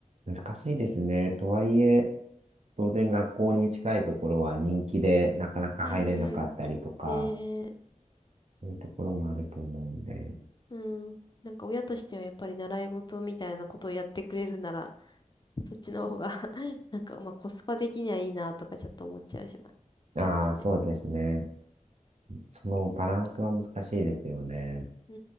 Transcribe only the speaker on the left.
うんうん。ねえ。
うん。なんか親としてはやっぱり習い事みたいなことをやってくれるなら、そっちの方が <laughs> なんかまあコスパ的にはいいなとかちょっと思っちゃうします。
ったしね。
うん。う